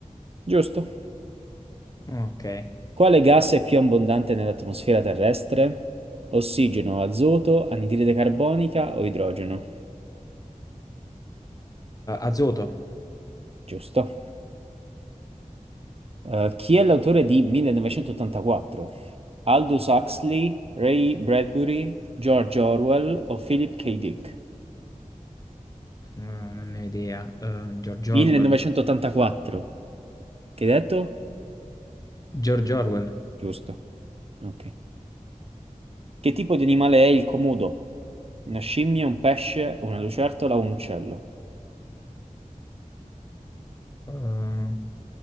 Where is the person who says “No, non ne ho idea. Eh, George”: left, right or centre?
Left